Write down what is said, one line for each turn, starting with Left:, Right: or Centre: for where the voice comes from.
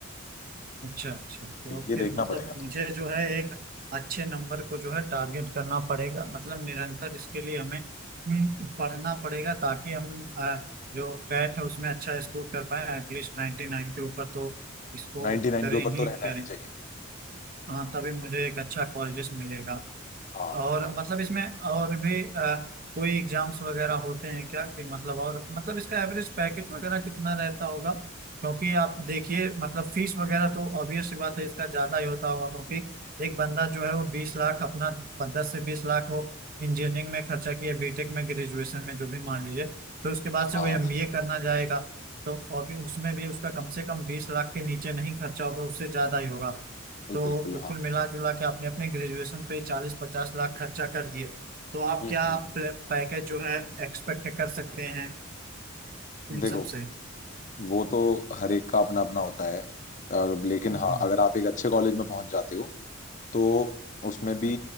Right: अच्छा अच्छा तो
Left: तो ये
Right: फिर
Left: देखना
Right: मतलब
Left: पड़ेगा
Right: मुझे
Left: तुम्हें
Right: जो है एक अच्छे नंबर को जो है टारगेट करना पड़ेगा मतलब निरंतर इसके लिए हमें हम्म, पढ़ना पड़ेगा ताकि हम आ, जो कैट है उसमें अच्छा स्कोर कर पाए एटलीस्ट नाइन्टी नाइन के ऊपर तो स्कोर
Left: नाइनटी नाइन
Right: करें
Left: के ऊपर
Right: ही
Left: तो रहना
Right: करें
Left: ही चाहिए
Right: हाँ तभी मुझे एक अच्छा कॉलेज मिलेगा
Left: हाँ
Right: और
Left: हाँ
Right: मतलब इसमें और भी अ, कोई एग्जाम्स वगैरह होते हैं क्या कि मतलब और मतलब इसका एवरेज पैकेज वगैरह कितना रहता होगा क्योंकि आप देखिए मतलब फीस वगैरह तो ऑब्वियस सी बात है इसका ज्यादा ही होता होगा क्योंकि एक बंदा जो है वो बीस लाख अपना दस से बीस लाख वो इंजीनियरिंग में खर्चा किया बीटेक में ग्रेजुएशन में जो भी मान लीजिए फिर उसके बाद से
Left: हाँ,
Right: वो एमबीए करना जाएगा तो और भी उसमें भी उसका कम से कम बीस लाख के नीचे नहीं खर्चा होगा उससे ज्यादा ही होगा
Left: बिल्कुल
Right: तो
Left: बिल्कुल हाँ
Right: कुल मिला जुला के आपने अपने ग्रेजुएशन पे चालीस पचास लाख खर्चा कर दिए तो आप
Left: हम्म
Right: क्या
Left: हम्म, हम्म।
Right: पैकेज जो है एक्सपेक्ट कर सकते हैं
Left: देखो
Right: इन सब से
Left: वो तो हर एक का अपना अपना होता है अ, लेकिन
Right: हम्म।
Left: हाँ अगर आप एक अच्छे कॉलेज में पहुंच जाते हो तो उसमें भी